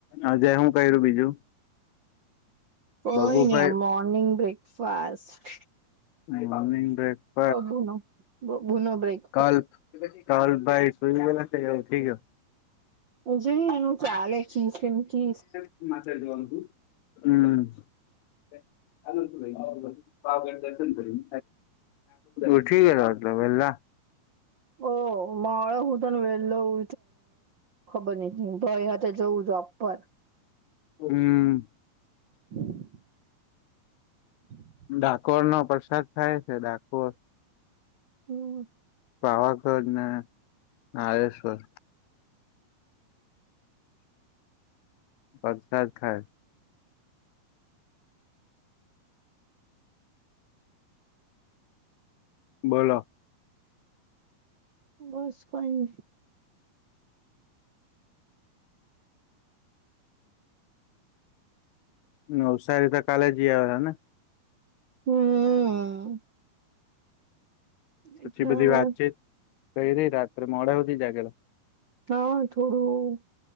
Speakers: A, on the left; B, on the right.
A: આજે હું કર્યું બીજું
B: કોઈ
A: બબુભાઈ
B: ની આ મોર્નિંગ બ્રેકફાસાસ્ટ
A: <inaudible>
B: બબૂનો બબૂનો બ્રેક
A: કાલ કાલ ભાઈ શુઈ ગેલા છે કે ઉઠી ગયો
B: હજુ એનું ચાલે કીસ એમ કીસ
A: હમ. <unintelligible> પાવાગઢ દર્શન કરી ઉઠી ગેલા આટલા વેલા
B: ઓહ માળ હું તોને વેળલો ઉ ખબરની હું ભાઈ હાથે જવું જોબ પર
A: હમ.
B: <inaudible> <inaudible>
A: ડાકોરનો પ્રસાદ થાય છે, ડાકોર
B: હમ.
A: પાવાગઢને માળેશ્વર પ્રરસાદ ખાય બોલો.
B: બસ કયની
A: નવસારી તો કાલે જી આવેલાને
B: હમ. એટલે
A: પછી બધી
B: હવે
A: વાતચીત કરી રહી રાત્રે મોડા સુધી જાગેલો
B: હા થોડું